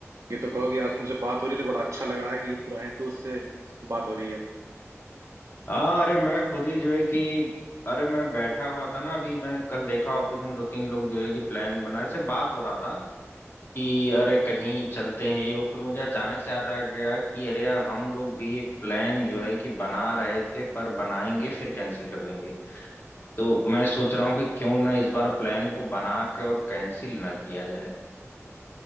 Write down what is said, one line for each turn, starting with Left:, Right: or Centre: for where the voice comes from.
Right: ये तो कहो कि आज तुमसे बात हो रही तो बड़ा अच्छा लग रहा है कि पुराने दोस्त से बात हो रही है
Left: हाँ अरे मैं खुद ही जो है कि अरे मैं बैठा हुआ था ना अभी मैं कल देखा ऑफिस में दो तीन लोग जो है कि प्लान बना से बात हो रहा था कि
Right: हम्म।
Left: अरे कहीं चलते हैं ये वो फिर मुझे अचानक से याद आ गया कि अरे यार हम लोग भी एक प्लान जो है कि बना रहे थे पर बनाएंगे फिर कैंसिल कर देंगे तो मैं सोच रहा हूँ कि क्यों ना इस बार प्लान को बना के और कैंसिल ना किया जाए